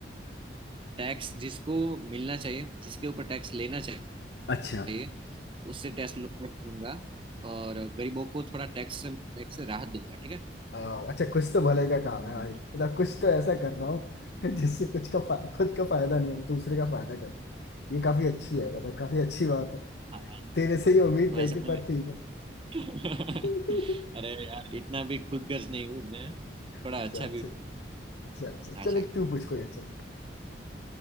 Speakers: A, on the right; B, on the left.
A: टैक्स जिसको मिलना चाहिए जिसके ऊपर टैक्स लेना
B: अच्छा
A: चाहिए उससे टैक्स लो- टैक्स लूंगा और गरीबों को थोड़ा टैक्स से टैक्स से राहत दूंगा ठीक है
B: आओ, अच्छा कुछ तो भले का
A: <laughs>
B: काम है भाई मतलब कुछ तो ऐसा कर रहा हूँ <laughs> जिससे कुछ का फा- खुद का फायदा नहीं हो, दूसरे का फायदा करो ये काफी अच्छी है मतलब काफी अच्छी बात है
A: हाँ
B: तेरे से ये उम्मीद
A: वैसे
B: नहीं थी
A: मैं
B: पर ठीक है
A: <laughs>
B: <laughs>
A: अरे यार इतना भी खुद गर्ज नहीं हूँ मैं थोड़ा
B: अच्छा
A: अच्छा
B: अच्छा
A: भी हूँ
B: अच्छा अच्छा
A: अच्छा
B: चल एक तू पूछ कोई अच्छा सा